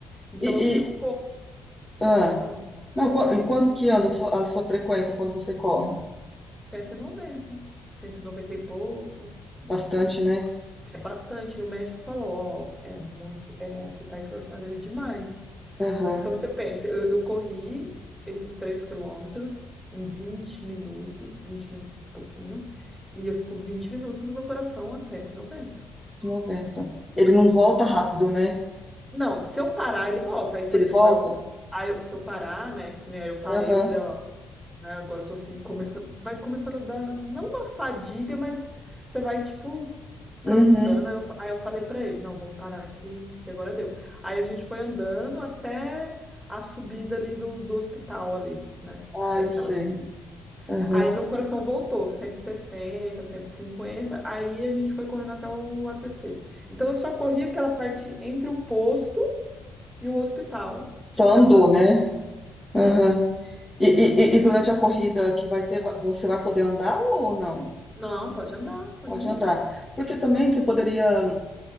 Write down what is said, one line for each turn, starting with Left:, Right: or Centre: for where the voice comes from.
Centre: Então
Left: E,
Centre: eu fico.
Left: e- ah,
Centre: Pode falar.
Left: não, qua- e quanto que anda a sua a sua frequência quando você corre?
Centre: cento e noventa, cento e noventa e pouco.
Left: Bastante, né?
Centre: É bastante. E o médico falou, ó, é muito, é, você está esforçando ele demais.
Left: Aham,
Centre: Então você pensa, eu, eu corri esses 3 quilômetros em 20 minutos, 20 minutos e pouquinho, e eu fico vinte minutos o meu coração a 190,
Left: 90. Ele não volta
Centre: né?
Left: rápido, né?
Centre: Não, se eu parar, ele volta. Aí, por
Left: Ele
Centre: exemplo,
Left: volta?
Centre: aí eu comecei, aí eu- se eu parar, né, que nem aí eu parei,
Left: Aham,
Centre: eu falei, ó, né? Agora eu tô assim, começando, vai começando a dar, não uma fadiga, mas você vai, tipo,
Left: uhum.
Centre: cansando. Aí eu, fa- aí eu falei pra ele, não, vamos parar aqui, que agora deu. Aí a gente foi andando até a subida ali do, do hospital ali, né? Que,
Left: Ah,
Centre: que é
Left: eu
Centre: aquela
Left: sei.
Centre: subida.
Left: Aham.
Centre: Aí meu coração voltou, cento cento e sessenta cento e cinquenta aí a gente foi correndo até o ATC. Então eu só corri aquela parte entre o posto e o hospital. Eu
Left: Só
Centre: fui
Left: andou,
Centre: andando.
Left: né? Aham.
Centre: É.
Left: E, e, e e durante a corrida que vai ter, va- você vai poder andar ou não?
Centre: Não, pode andar, pode
Left: Pode
Centre: andar
Left: andar.
Centre: normal.
Left: Porque também você poderia.